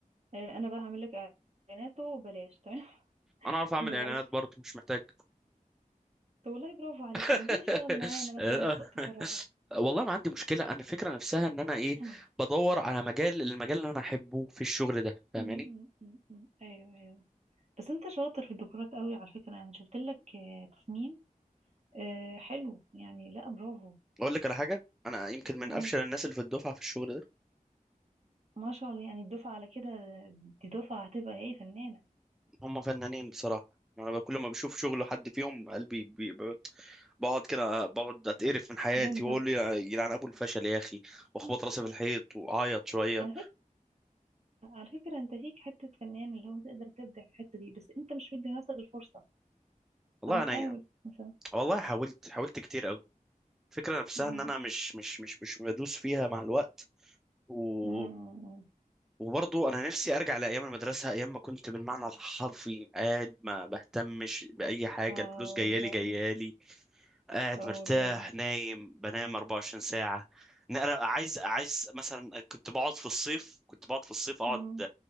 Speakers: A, on the right; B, in the centre.
A: آه، أنا بقى هعمل لك إعلاناته بلاش تمام <laughs>
B: انا اعرف اعمل
A: ما
B: اعلانات
A: تقلقش
B: برضه مش محتاج
A: طب والله برافو عليك
B: <laughs>
A: طب ما تيجي تشتغل معانا مثلا
B: آه.
A: في وقت فراغك
B: والله ما عندي مشكله انا الفكره نفسها ان انا ايه
A: <clears throat>
B: بدور على مجال المجال اللي انا احبه في الشغل ده فاهماني
A: أمم، أمم، أمم، أمم. أيوه أيوه بس أنت شاطر في الديكورات قوي على فكرة يعني شفت لك آه، تصميم آه، حلو يعني لا برافو
B: اقول لك على حاجه انا يمكن من
A: قول
B: افشل الناس اللي في الدفعه في الشغل ده
A: ما شاء الله يعني الدفعة على كده دي دفعة هتبقى إيه فنانة
B: هم فنانين بصراحة أنا كل ما بشوف شغل حد فيهم قلبي بي- ب- بقعد كده بقعد أتقرف من حياتي
A: ده انت
B: وأقول يا يلعن أبو الفشل يا أخي وأخبط
A: <laughs>
B: راسي في الحيط وأعيط شوية
A: على فكرة على فكرة انت فيك حتة فنان اللي هو تقدر تبدع في الحتة دي بس انت مش مدي نفسك الفرصة
B: والله
A: طب ما تحاول
B: أنا
A: مثلا
B: والله حاولت حاولت كتير أوي الفكرة نفسها
A: مم.
B: إن أنا مش مش مش مش بدوس فيها مع الوقت و...
A: مم.
B: وبرضه أنا نفسي أرجع لأيام المدرسة أيام ما كنت بالمعنى الحرفي قاعد ما بهتمش بأي حاجة
A: اه
B: الفلوس جايالي
A: والله
B: جايالي قاعد
A: اه
B: مرتاح
A: والله
B: نايم بنام 24 ساعة نقرا عايز عايز مثلا كنت بقعد في الصيف كنت بقعد في الصيف اقعد
A: مم.